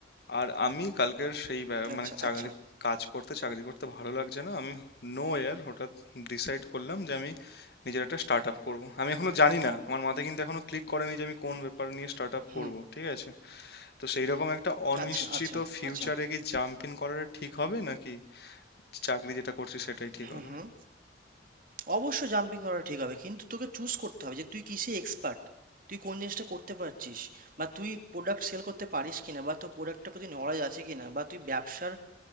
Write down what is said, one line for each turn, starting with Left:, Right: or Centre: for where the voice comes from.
Left: আর আমি কালকের সেই ব্যা-
Right: আচ্ছা
Left: মানে চাকরি
Right: আচ্ছা
Left: কাজ করতে চাকরি করতে ভালো লাগছে না আমি নো এয়ার হঠাৎ ডিসাইড করলাম যে আমি নিজের একটা স্টার্ট আপ করবো আমি এখনো জানি না আমার মাথায় কিন্তু এখনো ক্লিক করেনি যে আমি কোন ব্যাপার নিয়ে স্টার্ট আপ
Right: হুম
Left: করবো ঠিক আছে তো সেই রকম একটা অনিশ্চিত
Right: আচ্ছা আচ্ছা
Left: ফিউচারে
Right: আচ্ছা
Left: কি জাম্প ইন করাটা ঠিক হবে নাকি চাকরি যেটা করছি সেটাই ঠিক
Right: হুম
Left: হবে
Right: হুম অবশ্যই জাম্পিং করা ঠিক হবে কিন্তু তোকে চুজ করতে হবে যে তুই কিসে এক্সপার্ট তুই কোন জিনিসটা করতে পারছিস বা তুই প্রোডাক্ট সেল করতে পারিস কিনা বা তোর প্রোডাক্টের প্রতি নলেজ আছে কিনা বা তুই ব্যবসার